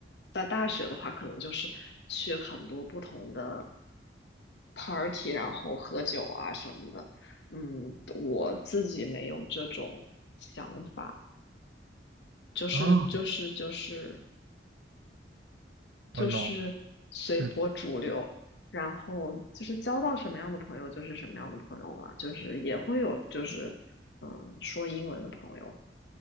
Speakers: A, on the left; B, on the right.
A: 在大学的话，可能就是去很多不同的 party，然后喝酒啊什么的。嗯，我自己没有这种想法，就是就是就是
B: 啊，
A: 就是随波逐流，
B: 我懂，就
A: 然后就是交到什么样的朋友就是什么样的朋友了，就是也会有就是嗯说英文的朋友。